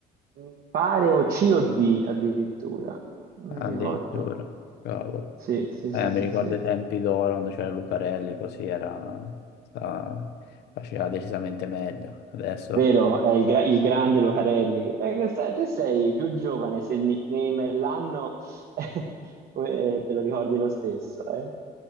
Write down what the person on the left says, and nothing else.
Ah,
Addirittura, cavolo.
Eh,
mi
ricordo
i tempi d'oro quando c'era Lucarelli, così era, sta- faceva decisamente meglio. Adesso